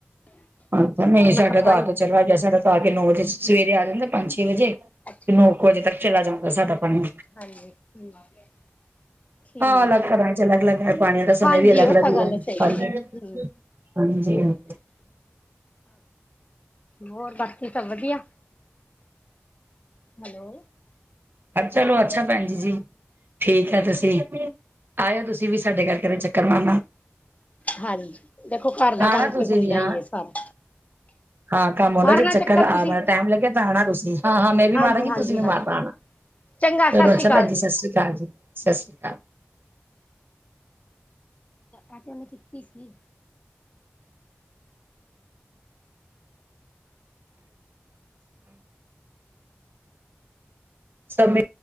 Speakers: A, on the right; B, on the left.
A: ਆਂਦਾ ਨਂਈ ਸਾਡਾ
B: ਕਿਹਾ ਪਾਣੀ
A: ਤਾਂ ਆ ਕੇ ਚਲਾ ਗੈਆ ਸਾਡਾ ਤਾਂ ਆ ਕੇ ਨੌ ਵਜੇ ਸਵੇਰੇ ਆ ਜਾਂਦੈ ਪੰਜ-ਛੇ ਵਜੇ ਤੇ
B: ਅੱਛਾ
A: ਨੌ ਕੁ ਵਜੇ ਤੱਕ ਚਲਾ ਜਾਂਦੈ ਸਾਡਾ ਪਾਣੀ।
B: <inaudible> ਠੀਕ
A: ਹਾਂ ਅਲੱਗ ਸੈ਼ਰਾਂ ਚ ਅਲੱਗ-ਅੱਲਗ ਹੈ ਪਾਣੀਆਂ ਦਾ ਸਮੇਂ
B: ਹਾਂਜੀ
A: ਵੀ ਅਲੱਗ-ਅਲੱਗ
B: ਉਹ ਤਾਂ
A: ਈ
B: ਗੱਲ
A: ਐ
B: ਸਹੀ
A: ਹਾਂਜੀ।
B: ਹੈ ਹਮ
A: ਹਾਂਜੀ-ਹਾਂਜੀ।
B: ਹੋਰ ਬਾਕੀ ਸਬ ਵਦੀਆ। ਹੈਲੋ।
A: ਅਛਾ ਚਲੋ ਅੱਛਾ ਭੈਣ ਜੀ, ਠੀਕ ਐ ਤੁਸੀਂ? ਆਇਓ ਤੁਸੀਂ ਵੀ ਸਾਡੇ ਘਰ ਕਦੇ ਚੱਕਰ ਮਾਰਨਾ।
B: ਹਾਂਜੀ, ਦੇਖੋ ਘਰ ਦਾ
A: ਆਣਾ
B: ਕੰਮ
A: ਤੁਸੀਂ
B: ਤੇ ਹੁੰਦਾ
A: ਵੀ ਹਾਂ
B: ਈ ਐ ਸਾਰਾ
A: ਹਾਂ ਕੰਮ ਆਉਂਦਾ
B: ਮਾਰਨਾ
A: ਜੇ ਚੱਕਰ ਆ
B: ਤੁਸੀਂ
A: ਟਾਈਮ ਲੱਗਿਆ ਤਾਂ ਆਣਾ ਤੁਸੀਂ ਹਾਂ-ਹਾਂ ਮੈਂ ਵੀ
B: ਹਾਂਜੀ
A: ਮਾਰਾਂਗੀ
B: ਹਾਂਜੀ
A: ਤੁਸੀਂ ਵੀ ਮਾਰਨਾ
B: ਹਾਂਜੀ
A: ਆਣਾ।
B: ਚੰਗਾ ਸਤਿ
A: ਚਲੋ ਅੱਛਾ
B: ਸ਼੍ਰੀ ਅਕਾਲ
A: ਭੈਣਜੀ,
B: ਜੀ
A: ਸਸ ਸ੍ਰੀ ਕਾਲ ਜੀ, ਸਸ ਸ੍ਰੀ ਕਾਲ।
B: ਆਹ ਤੇ ਓਹਨੇ ਕੀਤੀ ਸੀ।
A: ਸਮੇ